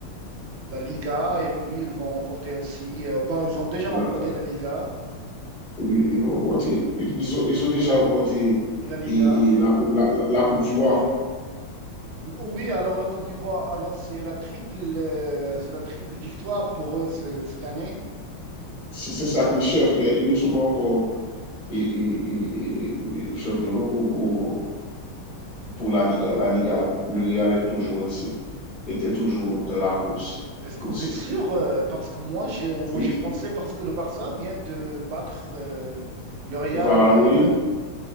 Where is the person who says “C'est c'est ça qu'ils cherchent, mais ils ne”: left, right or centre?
Left